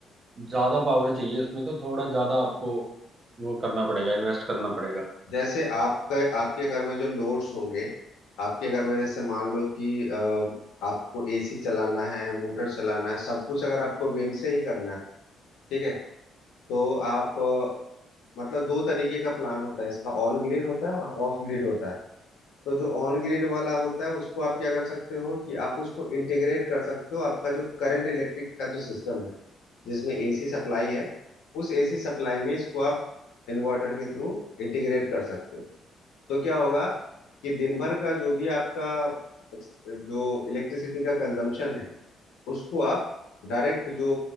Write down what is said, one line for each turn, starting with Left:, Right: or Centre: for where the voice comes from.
Right: ज़्यादा पावर चाहिए उसमें तो थोड़ा ज़्यादा आपको वो करना पड़ेगा इन्वेस्ट करना पड़ेगा
Left: जैसे आपका आपके घर में जो लोड्स होंगे आपके घर में जैसे मान लो कि अ, आपको एसी चलाना है मोटर चलाना है सब कुछ अगर आपको विंड से ही करना है ठीक है तो आप अ, मतलब दो तरीके का प्लान होता है इसका ऑन ग्रिड होता है और ऑफ ग्रिड होता है तो जो ऑन ग्रिड वाला होता है उसको आप क्या कर सकते हो कि आप उसको इंटीग्रेट कर सकते हो आपका जो करंट इलेक्ट्रिक का जो सिस्टम है जिसमें एसी सप्लाई है उस एसी सप्लाई में इसको आप इन्वर्टर के थ्रू इंटीग्रेट कर सकते हो तो क्या होगा कि दिन भर का जो भी आपका जो इलेक्ट्रिसिटी का कंजम्पशन है उसको आप डायरेक्ट जो